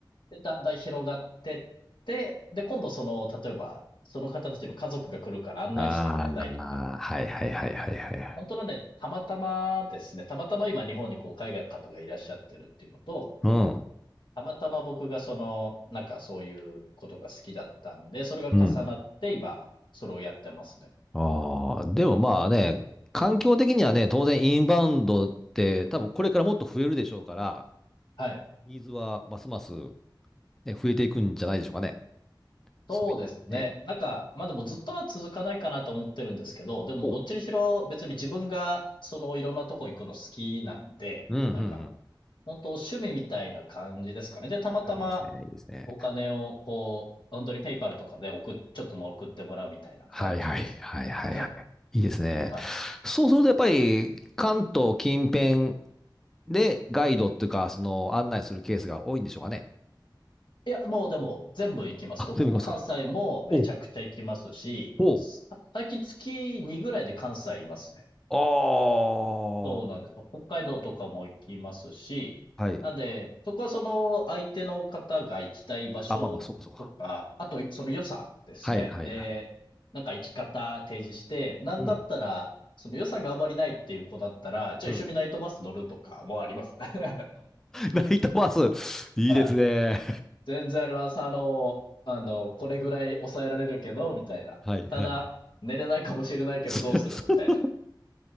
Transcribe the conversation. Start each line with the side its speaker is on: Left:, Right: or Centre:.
Left: で、だんだん広がってって、で、今度その、例えば、その方たちの家族が来るから案内してくれないとか、
Centre: ああ、はいはいはいはいはいはい。
Left: 本当はね、たまたまですね、たまたま今日本にこう海外の方がいらっしゃってるっていうのと、
Centre: う
Left: たまたま僕がその、なんかそういうことが好きだったんで、それが重なって今、
Centre: ん。
Left: それをやってますね。
Centre: ああ、でもまあね、環境的にはね、当然インバウンドって多分これからもっと増えるでしょうから、
Left: はい。
Centre: ニーズはますます、ね、増えていくんじゃないでしょうかね。そういったね。
Left: そうですね。なんか、まあでもずっとは続かないかなと思ってるんですけど、でもどっちにしろ別に自分がそのいろんなとこ行くの好きなんで、
Centre: おう。うん、うん、
Left: なんか、
Centre: うん。
Left: 本当趣味みたいな感じですかね。で、たまたま
Centre: はい、いいですね、いいですね。
Left: お金をこう、本当にペイパルとかで送っ、ちょっともう送ってもらうみたいな感じです。
Centre: はいはい、はい、はい、
Left: ね
Centre: はい。いいですね。
Left: <laughs> は
Centre: そうするとやっぱり関東近辺でガイドっていうか、その案内するケースが多いんでしょうかね。
Left: い。いや、もうでも全部行きます。
Centre: あ、
Left: どこも関西もめちゃくちゃ行きますし、
Centre: 全部行きますか。おう、おう。
Left: さ最近月2ぐらいで関西いますね。
Centre: あ
Left: そうなんです。北海道とかも行きますし、
Centre: あ。はい。
Left: なんで、そこはその相手の方が行きたい場所とか、
Centre: あ、まあまあ、そうかそうか。
Left: あとその予算ですね。
Centre: はいはいはい
Left: で、なんか行き方提示して、なんだったら、
Centre: うん。
Left: その予算があまりないっていう子だったら、じゃあ一緒にナイトバス乗るとかもあります。
Centre: うん。
Left: <laughs>
Centre: ナイトバス。いいですね。
Left: はい。全然あります。あの、あの、これぐらい抑えられるけど、みたいな。
Centre: はいはい。
Left: ただ、寝れないかもしれないけどどうするみたいな。
Centre: <laughs>